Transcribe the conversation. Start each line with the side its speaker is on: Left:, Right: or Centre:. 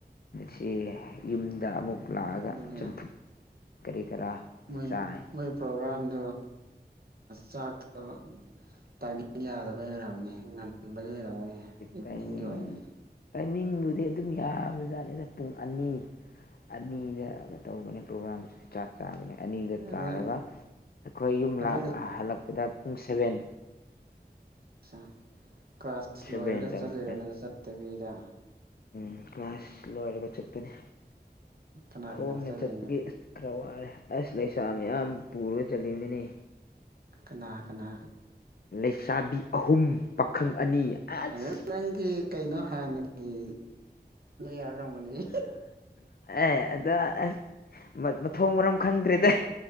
Left: ꯁꯤ ꯌꯨꯝ ꯗ ꯑꯃꯨꯛ ꯂꯥꯛꯑꯒ
Right: ꯑꯗꯨꯒ
Left: ꯆꯝꯐꯨ ꯀꯔꯤ ꯀꯔꯥ
Right: ꯃꯣꯏ
Left: ꯆꯥꯏ
Right: ꯃꯣꯏ ꯄ꯭ꯔꯣꯒ꯭ꯔꯥꯝꯗꯣ ꯆꯥꯛꯇꯣ ꯇꯥꯏꯃꯤꯡ ꯌꯥꯗꯕꯩ ꯑꯣꯏꯔꯝꯕꯅꯦ ꯉ ꯑꯗꯨ ꯂꯩꯔꯝꯒꯅꯤꯅꯤꯡꯒꯤ
Left: ꯇꯥꯏꯃꯤꯡ
Right: ꯑꯣꯏꯅ
Left: ꯇꯥꯏꯃꯤꯡꯕꯨꯗꯤ ꯑꯗꯨꯝ ꯌꯥꯝꯕꯁꯨꯖꯥꯠꯅꯤꯗ ꯄꯨꯡ ꯑꯅꯤ ꯑꯅꯤꯗ ꯇꯧꯕꯅꯦ ꯄ꯭ꯔꯣꯒ꯭ꯔꯥꯝꯁ ꯆꯥꯛ ꯆꯥꯕꯅꯦ ꯑꯅꯤꯗ
Right: ꯑꯗ
Left: ꯇꯥꯔꯒ ꯑꯩꯈꯣꯏ ꯌꯨꯝ
Right: ꯑꯗꯨ
Left: ꯍꯜꯂꯛꯄꯗ ꯄꯨꯡ ꯁꯕꯦꯟ
Right: ꯑ ꯀ꯭ꯂꯥꯁ
Left: ꯁꯚꯦꯟꯗ
Right: ꯂꯣꯏꯔꯒ ꯆꯠꯂꯤꯔꯅ
Left: ꯑꯃꯨꯛ ꯆꯥꯏ
Right: ꯆꯠꯇꯕꯤꯔ
Left: ꯎꯝ ꯀ꯭ꯂꯥꯁ ꯂꯣꯏꯔꯒ ꯆꯄꯅꯤ
Right: ꯀꯅꯥ
Left: ꯈꯣꯡꯅ
Right: ꯀꯅꯥ ꯆꯠꯂꯤꯅꯣ
Left: ꯆꯠꯄꯒꯤ ꯑꯁ ꯈꯔ ꯋꯥꯔꯦ ꯑꯁ ꯂꯩꯁꯥ ꯃꯌꯥꯝ ꯄꯨꯔꯒ ꯆꯠꯕꯅꯤꯅꯦ
Right: ꯀꯅꯥ ꯀꯅꯥ
Left: ꯂꯩꯁꯥꯕꯤ ꯑꯍꯨꯝ ꯄꯥꯈꯪ ꯑꯅꯤ ꯑꯁ
Right: ꯑꯗꯨ ꯅꯪꯒꯤ ꯀꯩꯅꯣ ꯍꯥꯟꯅꯒꯤ ꯌꯥꯎꯔꯝꯒꯅꯤ
Left: ꯑꯦ ꯑꯗ ꯑꯁ ꯃꯊꯣꯡ ꯃꯔꯝ ꯈꯪꯗ꯭ꯔꯦꯗ